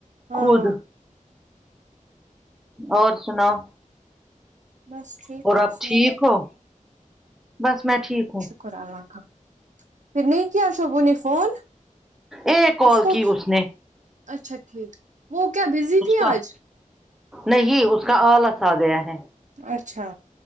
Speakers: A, on the right; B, in the centre.
A: ہاں
B: خود اور سناؤ
A: بس ٹھیک
B: اور آپ
A: سنائیں
B: ٹھیک ہو بس میں ٹھیک ہوں
A: خدا رکھا پھر نہیں کیا شوبو نے فون
B: ایک کال
A: اس کو
B: کی نے
A: اچھا ٹھیک وہ کیا بیزی
B: اس
A: تھی
B: کا
A: آج
B: نہیں اس کا آلس آ گیا ہے
A: اچھا